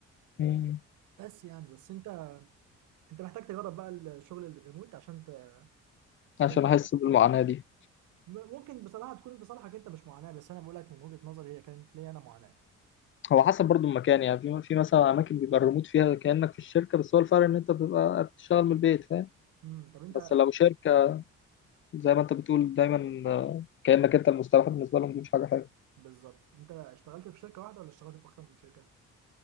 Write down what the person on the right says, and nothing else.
بس يعني بس انت انت محتاج تجرب بقى الشغل الريموت عشان ت... عشان
م- ممكن بصراحه تكون في صالحك انت مش معاناه بس انا بقول لك من وجهه نظري هي كانت ليا انا معاناه
امم طب انت
بالظبط انت اشتغلت في شركه واحده ولا اشتغلت في اكتر من شركه